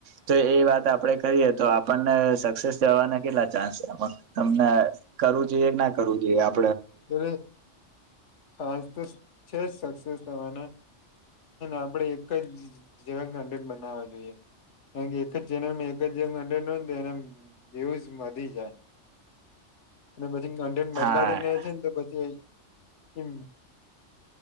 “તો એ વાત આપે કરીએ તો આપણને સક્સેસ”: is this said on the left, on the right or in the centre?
Right